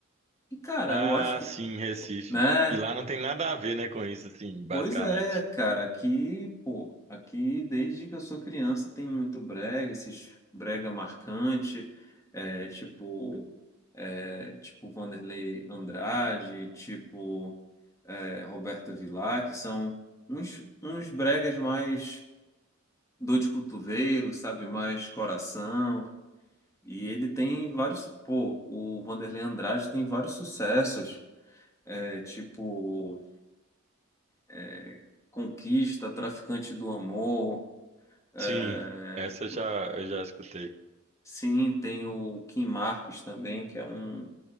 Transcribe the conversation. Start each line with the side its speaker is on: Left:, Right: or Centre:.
Left: E cara,
Right: Ah,
Left: eu acho que,
Right: sim, Recife.
Left: né?
Right: E lá não tem nada a ver, né, com isso, assim, basicamente.
Left: Pois é, cara, aqui, pô, aqui desde que eu sou criança tem muito brega, esses brega marcante, é, tipo, é, tipo Vanderlei Andrade, tipo, é, Roberto Vilar, que são uns, uns bregas mais dor de cotovelo, sabe, mais coração, e ele tem vários, pô, o Vanderlei Andrade tem vários sucessos, é, tipo é, Conquista, Traficante do Amor. é,
Right: Sim, essa eu já eu já escutei.
Left: Sim, tem o Kim Marques também, que é um,